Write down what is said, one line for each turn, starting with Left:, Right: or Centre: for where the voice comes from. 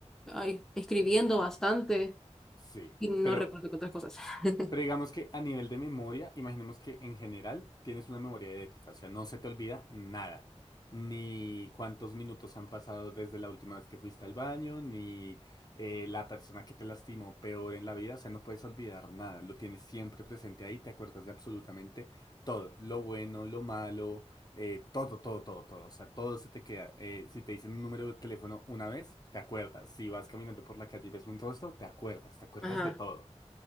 Centre: ay, escribiendo bastante
Left: Sí,
Centre: y no
Left: pero,
Centre: recuerdo que otras cosas. <laughs>
Left: Pero digamos que a nivel de memoria, imaginemos que en general tienes una memoria ética, o sea, no se te olvida nada, ni cuántos minutos han pasado desde la última vez que fuiste al baño, ni eh, la persona que te lastimó peor en la vida, o sea, no puedes olvidar nada, lo tienes siempre presente ahí, te acuerdas de absolutamente todo, lo bueno, lo malo, eh, todo, todo, todo, todo, o sea, todo se te queda. eh, si te dicen un número de teléfono una vez, te acuerdas, si vas caminando por la calle y ves un rostro, te acuerdas, te acuerdas
Centre: Ajá,
Left: de todo.